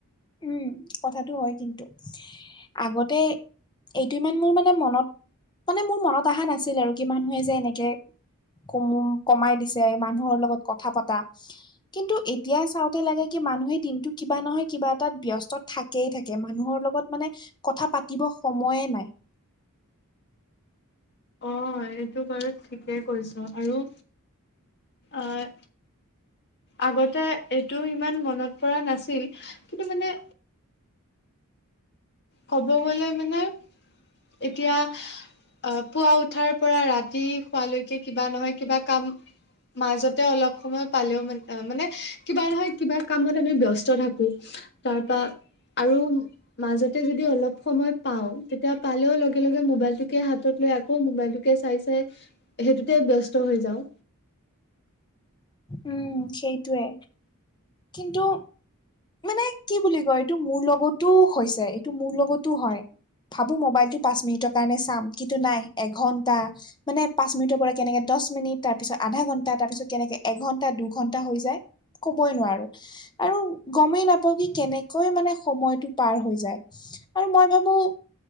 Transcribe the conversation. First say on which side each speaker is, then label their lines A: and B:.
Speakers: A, on the left; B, on the left.
A: উম কথাটো হয় কিন্তু আগতে এইটো ইমান মোৰ মানে মনত মানে মোৰ মনত অহা নাছিল আৰু কি মানুহে যে এনেকে কম কমাই দিছে মানুহৰ লগত কথা পতা কিন্তু এতিয়া চাওঁতে লাগে কি মানুহে দিনটো কিবা নহয় কিবা তাত ব্যস্ত থাকেই থাকে মানুহৰ লগত মানে কথা পাতিব সময়ে নাই
B: হয় এইটো বাৰু ঠিকেই কৈছ আৰু আহ আগতে এইটো ইমান মনত পৰা নাছিল কিন্তু মানে কব গলে মানে এতিয়া অ পুৱা উঠাৰ পৰা ৰাতি শোৱালৈকে কিবা নহয় কিবা কাম মাজতে অলপ সময় পালেও মানে মানে কিবা নহয় কিবা কামত আমি ব্যস্ত থাকো তাৰপা আৰু মাজত -তে যদি অলপ সময় পাও তেতিয়া পালেও লগে লগে মোবাইলটোকে হাতত লৈ আকৌ মোবাইলটোকে চাই চাই সেইটোতে ব্যস্ত হৈ যাওঁ
A: উম সেইটোৱে কিন্তু মানে কি বুলি কয় এইটো মোৰ লগতো হৈছে এইটো মোৰ লগতো হয় ভাবো মোবাইলটো পাঁচ মিনিটৰ কাৰণে চাম কিন্তু নাই এঘন্টা মানে পাঁচ মিনিটৰ পৰা কেনেকে দচ মিনিট তাৰ পিছত আধা ঘণ্টা তাৰপিছত কেনেকে এঘণ্টা দুঘণ্টা হৈ যায় কবই নোৱাৰো আৰু গমেই নাপওঁ কি কেনেকৈ মানে সময়টো পাৰ হৈ যায় আৰু মই ভাবো